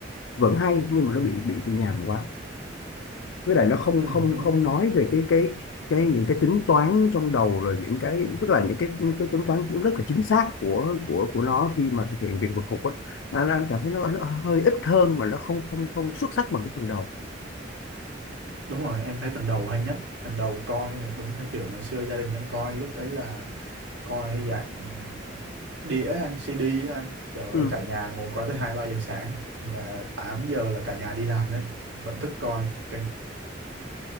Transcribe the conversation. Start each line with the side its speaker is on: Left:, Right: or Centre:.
Left: vẫn hay nhưng mà nó bị bị, bị nhàm quá với lại nó không
Right: Ừ,
Left: không
Right: đúng
Left: không nói về cái cái cái những cái tính toán trong đầu rồi những cái tức là những cái cái tính toán cũng rất là chính xác của của của nó khi mà thực hiện việc vượt cục á anh, anh cảm thấy nó, nó hơi ít hơn và nó không không không xuất sắc bằng cái phần đầu
Right: đúng rồi, em thấy phần đầu hay nhất. Phần đầu coi là đúng theo kiểu ngày xưa gia đình em coi, lúc đấy là coi dạng đĩa anh CD anh trời ơi
Left: ừ.
Right: cả nhà ngồi coi tới hai ba giờ sáng và 8 giờ là cả nhà đi làm đấy vẫn thức coi kinh